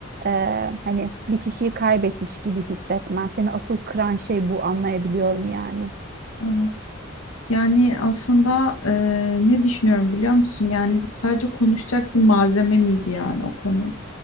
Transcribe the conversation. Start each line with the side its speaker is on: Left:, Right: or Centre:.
Right: E, hani bir kişiyi kaybetmiş gibi hissetmen. Seni asıl kıran şey bu anlayabiliyorum yani.
Left: Evet. Yani aslında e, ne düşünüyorum biliyor musun? Yani sadece konuşacak bir malzeme miydi yani o konu?